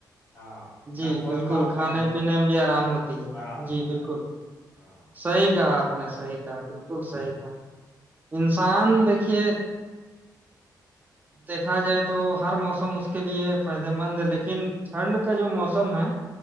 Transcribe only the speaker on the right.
جی
بالکل
کھانے پینے میں بھی آرام ہوتی ہے
جی
بالکل
صحیح کہا آپ نے صحی
کہا بالکل صحیح کہا انسان دیکھیے دیکھا جائے تو ہر موسم اس کے لیے فائدے مند ہے لیکن ٹھنڈ کا جو موسم ہے